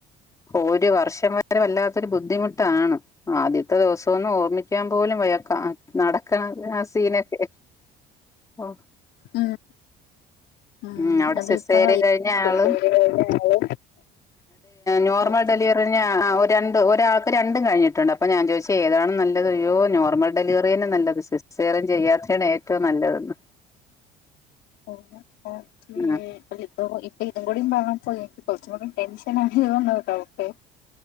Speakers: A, on the left (about 20°); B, on the left (about 80°).
A: ഒരു വർഷം വരെ വല്ലാത്തൊരു ബുദ്ധിമുട്ടാണ് ആദ്യത്തെ ദിവസം ഒന്ന് ഓർമിക്കാൻ പോലും വയക്കാം നട <unintelligible> ആ സീനൊക്കെ ഓ
B: ഉം ഉം
A: ഉ അവിടെ
B: അത്
A: സിസേറ്യൻ
B: ഇപ്പ ഡെലിവറി
A: കഴിഞ്ഞ ആളും
B: കഴിഞ്ഞ ആള്
A: നോർമൽ
B: ഓക്കെ
A: ഡെലിവറിഞ്ഞ രണ്ട് ഒരാൾക്ക് രണ്ടും കഴിഞ്ഞിട്ടുണ്ട് അപ്പൊ ഞാൻ ചോദിച്ച ഏതാണ് നല്ലത് യോ നോർമൽ ഡെലിവറീനെ നല്ലത് സിസേറിയൻ ചെയ്യാത്തെയാണ് ഏറ്റവും നല്ലതെന്ന്
B: <unintelligible>
A: ആഹ്
B: ഇതും കൂടി പറഞ്ഞപ്പഴേ എനിക്ക് കുറച്ചും കൂടി ടെൻഷൻ ആയോ ന്നോ ഡൗട്ട്